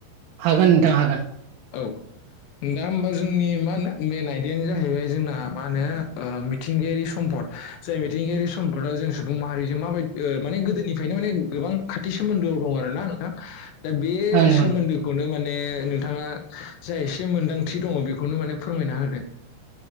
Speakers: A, on the right; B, on the left.
A: हागोन नोंथां हागोन
B: औ। दा होमबा जोंनि मा होनो बेनाय नो जाहैबाय जोंना मा होनो मिथिंगायारि सम्पद जाय मिथिंगायारि सम्पदा जों सुबुं हारिजों माबायदि माने गोदोनिफ्रायनो माने गोबां खाथि सोमोन्दोआव दं आरोना नोंथा। दा बे
A: ओं नंगौ
B: सोमोन्दोखौनो
A: नोंथां
B: माने माने नोंथाङा जा एसे मोन्दांथि दङ बेखौनो माने फोरमायना होदो।